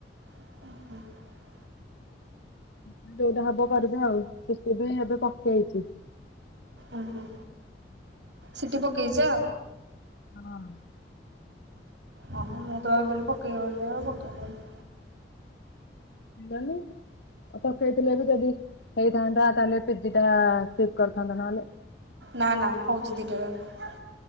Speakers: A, on the right (about 85°); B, on the left (about 70°).
A: <inaudible>
B: <inaudible>
A: ଉଁ, ହୁଁ। ସିଟି ପକେଇଚ?
B: ହଁ।
A: ହଁ, ମୁଁ ତ ଭାବିଥିଲି ପକେୟ ବଲି ଆଉ ପକେଇଲାନି।
B: ଦନୁ ଅ ପକେଇ ଥିଲେ ବି ଯଦି ହେଇଥାନ୍ତା, ତାହେଲେ ପିଜି ଟା ସ୍କିପ୍ କରିଥାନ୍ତ ନହେଲେ।
A: ନା, ନା, ହଉଚି ଦିଟା ଯାକ।